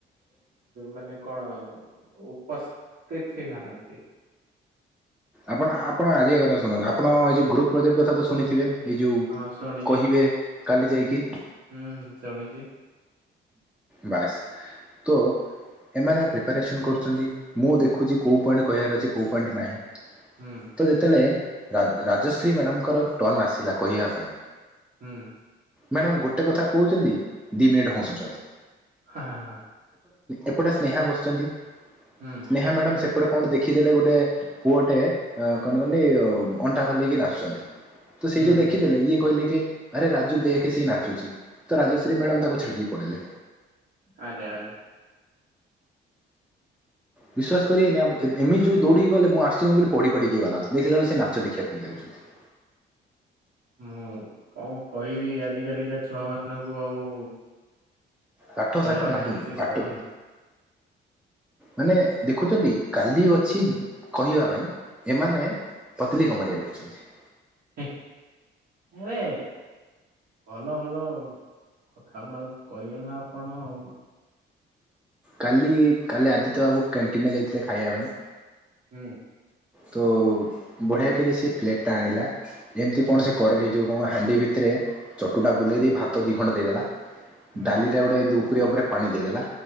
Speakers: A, on the right (about 60°); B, in the centre.
A: ମାନେ କଣ ଉପସ୍ଥିତ ହେଇ ନାହାନ୍ତି।
B: ଆପଣ ଆପଣ ଆଜିା କଥା ଶୁନ୍ତୁ ଆପଣ ଏଇ ଯଉ ଗ୍ରୁପ ପ୍ରୋଜେକ୍ଟ କଥା ତ ଶୁଣିଥିବେ। ଏଇ ଯୋଉ
A: ହଁ ଶୁଣିଛି
B: କହିବେ କାଲି ଯାଇକି
A: ହୁଁ ଶୁଣିଛି।
B: ବାସ୍ ତ ଏମାନେ ପ୍ରିପାରେସନ୍ କରୁଛନ୍ତି ମୁଁ ଦେଖୁଛି କେଉଁ ପଏଣ୍ଟ କହିବାର ଅଛି କେଉଁ ପଏଣ୍ଟ ନାହିଁ।
A: ହୁଁ
B: ତ ଯେତେବେଳେ ରାଜଶ୍ରୀ ମ୍ୟାଡ଼ାମଙ୍କର ଟର୍ନ ଆସିଲା କହିବା ପାଇଁ
A: ହୁଁ।
B: ମ୍ୟାଡ଼ାମ ଗୋଟେ କଥା କହୁଛନ୍ତି ଦି ମିନିଟ ହସୁଛି। ଅଛନ୍ତି।
A: ହଁ ହଁ।
B: ଏପଟେ ସ୍ନେହା ବସିଛନ୍ତି।
A: ହୁଁ
B: ସ୍ନେହା ମ୍ୟାଡ଼ାମ ସେପଟେ। କଣ ଦେଖିଦେଲେ ଗୋଟେ ପୁଅଟେ ଅ କଣେ କନି ଅଣ୍ଟା ହଲେଇକି ନାଚୁଛନ୍ତି। ତ ସେଇ
A: ହୁଁ
B: ଯୋଉ ଦେଖିଦେଲେ
A: ହୁଁ
B: ଇଏ କହିଲେ କି ଆରେ ରାଜୁ ଦେକେ ସିଏ ନାଚୁଛି। ତ ରାଜଶ୍ରୀ ମାଡାମ୍ ତାକୁ ଛାଡିଦେବି। ପଳୟଲେ।
A: ଆରେ ଆରେ।
B: ବିଶ୍ଵାସ କରିବେନି! ଏମିତି ଯୋଉ ଦୌଡିି ଗଲେ ମୁଁ, ଆଶ୍ଚର୍ଯ୍ୟ! ମୁଁ ପଢି ପଢିକି ଗଲା ଦେଖିଲା ବେଳକୁ, ସେ ନାଚ ଦେଖିବା ପାଇଁ ଯାଉଛନ୍ତି।
A: ମୁଁ କଣ କହିବି, ଆଜ କାଲିକା ଛୁଆ ମାନଙ୍କୁ ଆଉ
B: ପାଠ
A: କହିବା
B: ସାଠ ନାହିଁ
A: ପାଇଁ କିଛି
B: ପାଠ
A: ଶବ୍ଦ ନାହିଁ।
B: ମାନେ ଦେଖୁଛନ୍ତି କାଲି ଅଛି କହିବା ପାଇଁ ଏମାନେ ପତଲି କ ମାରିୟା ଦେଖୁଛନ୍ତି।
A: ଆରେ। ଭଲ ଭଲ କଥା ଗୁଡା କହିବେ ନା ଆପଣ ଆଉ।
B: କାଲି କାଲି ଆଦିତ୍ୟ ବାବୁ କ୍ୟାଣ୍ଟିନରେ ଯାଇଥିଲେ ଖାଇବା ପାଇଁ।
A: ହୁଁ।
B: ତ ବଢ଼ିଆ କରି ସେ ପ୍ଲେଟ୍ ଆଣିଲା। ଏମିତି
A: ହୁଁ
B: କଣ ସେ କରେ ଏଇ ଯୋଉ। ଏବଂ ହାଣ୍ଡି ଭିତରେ ଚଟୁଟା ବୁଲେଇ ଦେଇ ଭାତ ଦି ଖଣ୍ଡ ଦେଇଦେଲା।
A: ହୁଁ
B: ଡାଲିଟା ଗୋଟେ ଏମିତି। ସୁପ୍ରିୟା ଉପରେ ପାଣି ଦେଇଦେଲା।